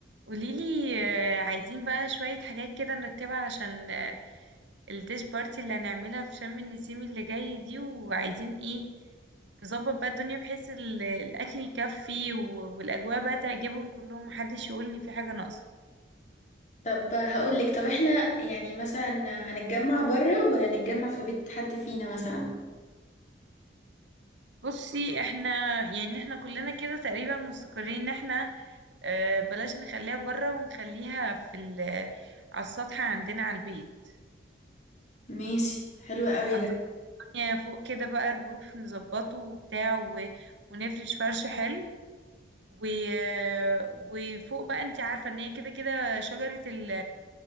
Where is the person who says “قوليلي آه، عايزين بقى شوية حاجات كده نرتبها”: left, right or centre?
Right